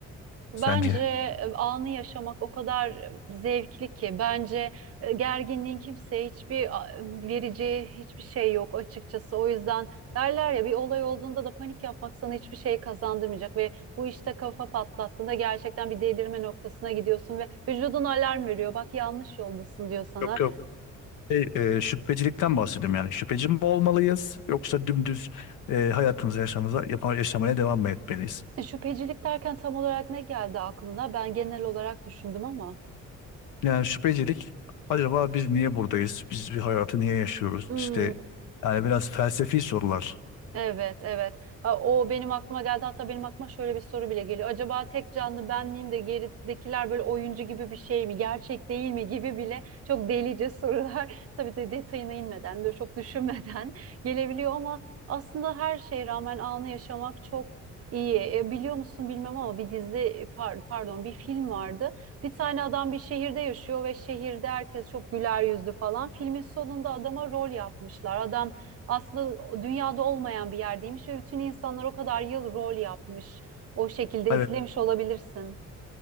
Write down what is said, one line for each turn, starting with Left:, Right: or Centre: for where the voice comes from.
Right: Bence
Left: sence?
Right: e, anı yaşamak o kadar e, zevkli ki bence e, gerginliğin kimseye hiçbir a, vereceği hiçbir şey yok açıkçası. O yüzden derler ya bir olay olduğunda da panik yapmak sana hiçbir şey kazandırmayacak ve bu işte kafa patlattığında gerçekten bir delirme noktasına gidiyorsun ve vücudun alarm veriyor. Bak yanlış yoldasın diyor sana.
Left: Yok yok. Şey, e, şüphecilikten bahsediyorum yani. Şüpheci mi olmalıyız yoksa dümdüz e, hayatımızı yaşamıza, yapa- yaşamaya devam mı etmeliyiz?
Right: E, Şüphecilik derken tam olarak ne geldi aklına? Ben genel olarak düşündüm ama.
Left: Yani şüphecilik acaba biz niye buradayız? Biz bir hayatı niye yaşıyoruz?
Right: Hmm.
Left: İşte yani biraz felsefi sorular.
Right: Evet, evet. Ha, O benim aklıma geldi. Hatta benim aklıma şöyle bir soru bile geliyor. Acaba tek canlı ben miyim de geridekiler böyle oyuncu gibi bir şey mi? Gerçek değil mi gibi bile çok delice sorular. <laughs> Tabii de detayına inmeden de çok düşünmeden <laughs> gelebiliyor ama aslında her şeye rağmen anı yaşamak çok iyi. E, biliyor musun bilmem ama bir dizi par- pardon bir film vardı. Bir tane adam bir şehirde yaşıyor ve şehirde herkes çok güler yüzlü falan. Filmin sonunda adama rol yapmışlar. Adam aslında dünyada olmayan bir yerdeymiş ve bütün insanlar o kadar yıl rol yapmış. O şekilde
Left: Evet,
Right: izlemiş olabilirsin.